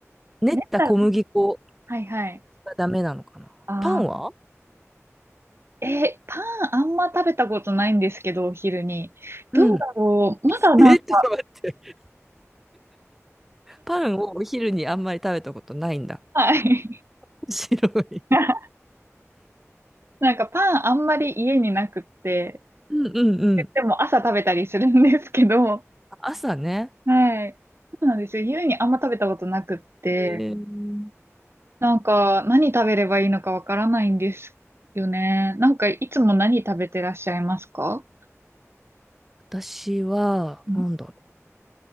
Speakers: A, in the centre; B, on the right.
A: 練った小麦粉
B: 練ったら、はいはい。
A: がダメなのかな。
B: あ
A: パンは
B: ー、えパンあんま食べたことないんですけど、お昼に。
A: うん
B: どうだろう。まだなんか、
A: <laughs> え、ちょっと待って。パンをお昼にあんまり食べたことないんだ。
B: はい。
A: <laughs> 白い。
B: <laughs> なんかパンあんまり家になくって、
A: うんうんうん。
B: でも朝食べたりするんですけど、
A: 朝ね。
B: はい。そうなんですよ。家にあんま食べたことなくって、
A: えー
B: なんか、何食べればいいのかわからないんですよね。なんか、いつも何食べてらっしゃいますか
A: 私は、
B: うん
A: なんだろう。